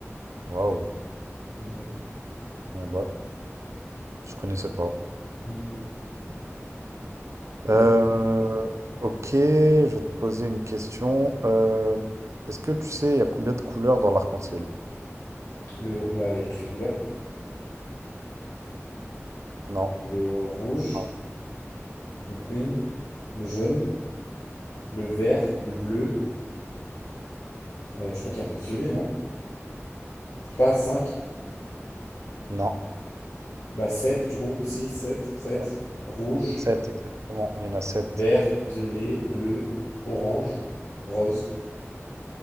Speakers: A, on the right (about 75°); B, on the left (about 80°).
A: Waouh.
B: Ouais,
A: Ouais, bah, je connaissais pas.
B: non non plus. À
A: Euh,
B: ton tour.
A: ok, je vais te poser une question. Euh, est-ce que tu sais, il y a combien de couleurs dans l'arc-en-ciel?
B: Le, bah, et toutes les couleurs.
A: Non.
B: Le rouge,
A: Non.
B: Donc une, le jaune, le vert, le bleu. euh, je crois qu'il y a un peu de violet, non? Je sais pas, 5,
A: Non.
B: Bah sept, du coup. six, 7, sept.
A: Ouais.
B: Rouge,
A: Sept, exactement. Il y en a sept.
B: vert, violet, bleu, orange, rose